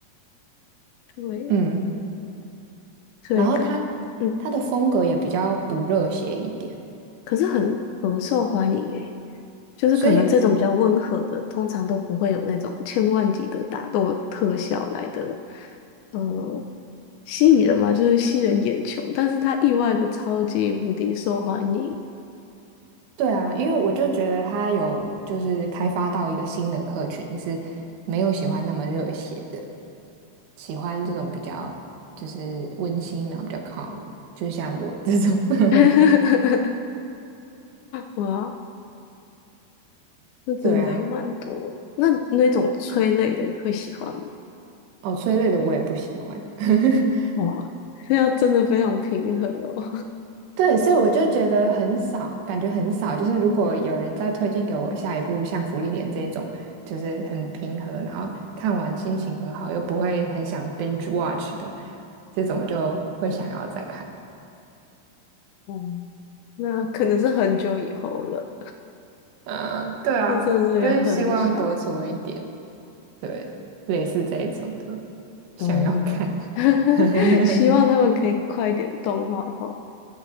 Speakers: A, on the left; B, on the right.
A: 对，
B: 嗯，
A: 所以可
B: 然后他他的风格也比较不热血一点。
A: 嗯，可是很很受欢迎诶，就是可能这种比较温和的，
B: 所以
A: 通常都不会有那种千万级的打斗特效来的，呃，吸引人嘛，就是吸人眼球，但是它意外的超级无敌受欢迎，
B: 对啊，因为我就觉得他有就是开发到一个新的客群，是没有喜欢那么热血的，喜欢这种比较就是温馨然后比较 calm，就像我这种。<laughs>
A: <laughs> 哇，那真的也蛮多的那那种催泪的你会喜欢吗？
B: 对啊，哦，催泪的我也不喜欢。<laughs>
A: 哇，这要真的非常平和哦，
B: 对，所以我就觉得很少，感觉很少。就是如果有人再推荐给我下一部像《福利点》这一种，就是很平和，然后看完心情很好，又不会很想 binge watch 的这种，我就会想要再看。
A: <laughs> 嗯，那可能是很久以后了。
B: 嗯，对啊，
A: 这真的是个很小，
B: 就是希望多出一点，对，类似这一种的，想要看。
A: 哦，<laughs>
B: <laughs>
A: 希望他们可以快一点动画化。